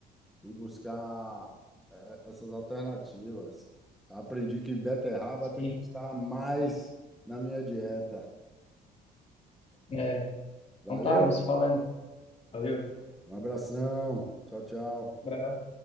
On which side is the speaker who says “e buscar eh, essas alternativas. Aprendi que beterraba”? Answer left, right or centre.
Centre